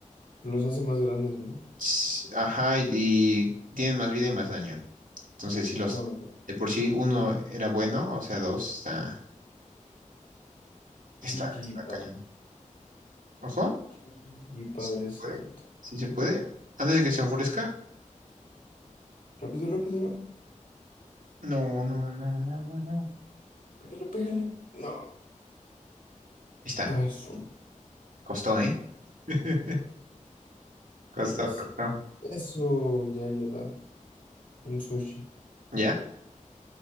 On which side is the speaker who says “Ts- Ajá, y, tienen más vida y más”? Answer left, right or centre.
Right